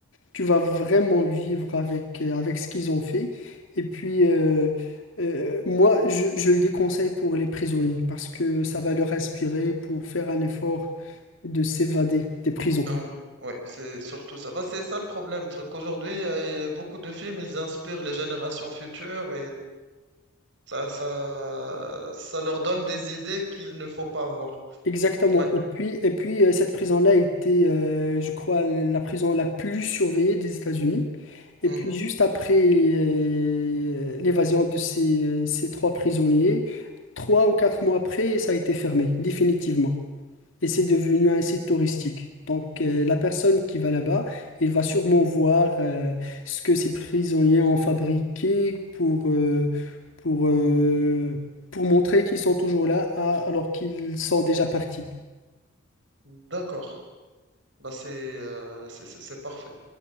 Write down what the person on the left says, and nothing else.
Tu vas vraiment vivre avec, euh, avec ce qu'ils ont fait. Et puis, euh, euh, moi, je, je le déconseille pour les prisonniers parce que ça va leur inspirer pour faire un effort de s'évader des prisons.
Exactement.
Et puis, et puis euh, cette prison-là était, euh, je crois, la prison la plus surveillée des États-Unis. Et
puis juste après euh, l'évasion de ces, euh, ces trois prisonniers, trois ou quatre mois après, ça a été fermé, définitivement. Et c'est devenu un site touristique. Donc euh, la personne qui va là-bas, elle va sûrement voir euh, ce que ces prisonniers ont fabriqué pour, euh, pour, euh, pour montrer qu'ils sont toujours là à- alors qu'ils sont déjà partis.